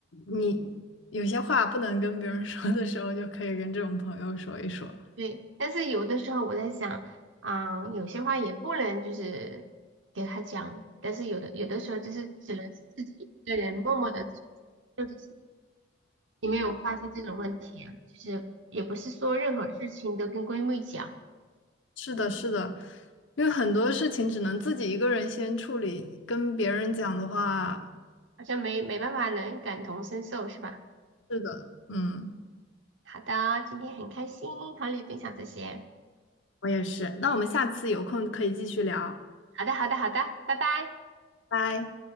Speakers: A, on the left (about 80°); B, on the right (about 80°).
A: 你有些话不能跟别人 <laughs> 说的时候，就可以跟这种朋友说一说。
B: 对。但是有的时候我在想，啊、有些话也不能就是给他讲，但是有的有的时候就是只能自己一个人默默的做这些，或者是你没有发现这种问题啊，就是也不是说任何事情都跟闺蜜讲。
A: 是的，是的。因为很多事情只能自己一个人先处理，跟别人讲的话，
B: 好像没没办法能感同身受是吧？
A: 是的，嗯，
B: 好的，今天很开心和你分享这些。
A: 我也是。那我们下次有空可以继续聊，
B: 好的，好的，好的，拜拜。
A: 拜。